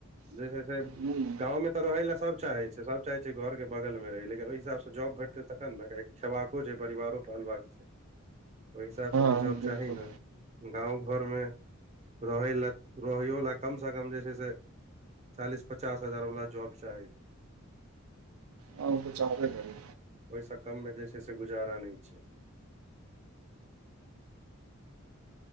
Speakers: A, on the right; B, on the right.
A: जैसे
B: हूँ
A: गावमे तऽ रहय लए सभ चाहै छै सभ चाहैत छै घरके बगलमे रहै लेकिन ओहि हिसाबसँ जॉब भेटतै तखन ने खेबाको छै परिवारो पालबाक छै ओहि हिसाब
B: हँ
A: से तऽ जॉब
B: बिल्कुल
A: चाही नै गाव घरमे रहै लए रहैयो लए कम से कम जे छै से चालीस पचास हजार वला जॉब चाही
B: हँ ओ तऽ चाहे कर।
A: ओहिसँ कम मे जे छै से गुजारा नहि छै